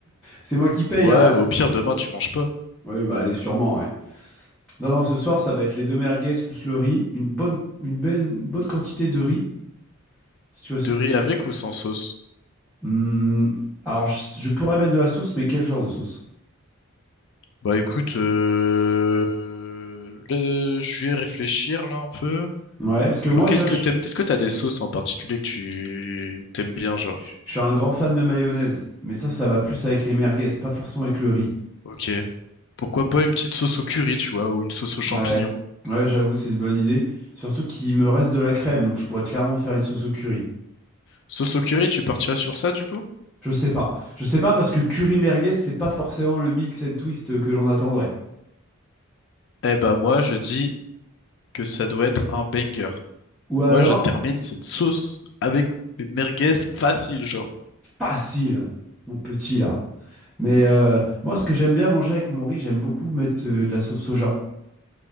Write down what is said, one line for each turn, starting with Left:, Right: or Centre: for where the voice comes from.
Centre: C'est moi qui paye,
Left: Ouais,
Centre: hein.
Left: mais au pire, demain, tu manges pas.
Centre: Oui, bah allez, sûrement, ouais. Non, non, ce soir, ça va être les deux merguez plus le riz, une bonne, une belle- une bonne quantité de riz. Si tu vois ce
Left: De
Centre: que
Left: riz
Centre: je veux dire?
Left: avec ou sans sauce?
Centre: Hmm, alors, je, je pourrais mettre de la sauce, mais quel genre de sauce?
Left: Bah écoute, euh, le- je vais réfléchir là un peu.
Centre: Ouais, parce que
Left: Genre,
Centre: moi,
Left: qu'est-ce
Centre: tu vois,
Left: que
Centre: je,
Left: t'aimes? Est-ce que t'as des sauces en particulier que tu t'aimes
Centre: je-
Left: bien, genre?
Centre: je- je suis un grand fan de mayonnaise, mais ça, ça va plus avec les merguez, pas forcément avec le riz.
Left: Ok. Pourquoi pas une petite sauce au curry, tu vois, ou une sauce aux champignons?
Centre: Ouais, ouais, j'avoue, c'est une bonne idée. Surtout qu'il me reste de la crème, donc je pourrais clairement faire une sauce au curry.
Left: Sauce au curry, tu partirais sur ça, du coup?
Centre: Je sais pas. Je sais pas parce que curry merguez, c'est pas forcément le mix and twist que l'on attendrait.
Left: Eh bah moi, je dis que ça doit être un banger.
Centre: Ou alors,
Left: Moi, je termine cette sauce avec mes merguez facile, genre.
Centre: facile, mon petit là. Mais euh, moi, ce que j'aime bien manger avec mon riz, j'aime beaucoup mettre euh, de la sauce soja.